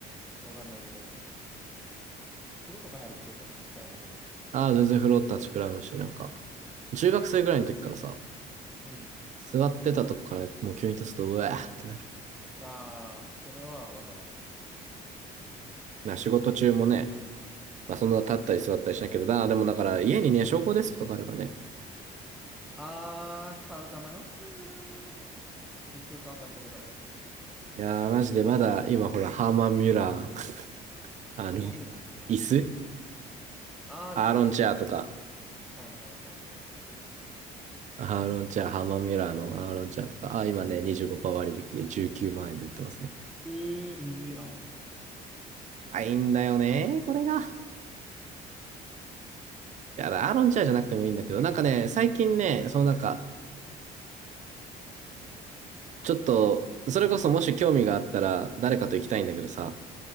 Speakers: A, in the centre; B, on the right (about 45°).
A: わかんないけど、うん。風呂とか入ると結構立ちくらむけど。うん。
B: あ全然風呂立ちくらむし、なんか、中学生ぐらいの時からさ、
A: うん。
B: 座ってたとこからもう急に立つと、うわーってなる。
A: ああ、それはわかる。
B: な、仕事中もね、まあそんな立ったり座ったりしないけど、だ、でもだから家にね、昇降デスクとかあればね、
A: ああ、買うか迷ったんよな。結局買わなかったけど。
B: いやー、マジでまだ今ほら、ハーマン・ミュラー、あの、
A: あんま見ない。なんだっけ。
B: 椅子
A: ああ、
B: アーロンチェアとか、
A: 椅子はいはいはいはいはい。
B: アーロンチャーハーマンミュラーのアーロンチャーとか、あ、今ね、25%割引で19万円で売ってますね。
A: ええええあ、でも高いな。
B: あ、いいんだよね、これが。いや、アーロンチャーじゃなくてもいいんだけど、なんかね、最近ね、そのなんか、ちょっと、それこそもし興味があったら、誰かと行きたいんだけどさ、